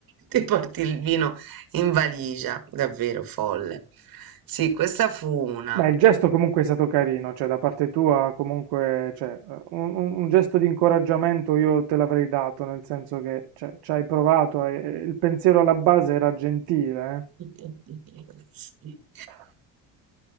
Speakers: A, on the right (about 55°); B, on the right (about 70°).
A: ti porti il vino in valigia. Davvero folle. Sì, questa fu una.
B: Beh, il gesto comunque è stato carino, cioè da parte tua comunque, cioè, eh, un, un- un gesto di incoraggiamento io te l'avrei dato, nel senso che cioè, ci hai provato, e- e il pensiero alla base era gentile,
A: <laughs> Sì,
B: eh.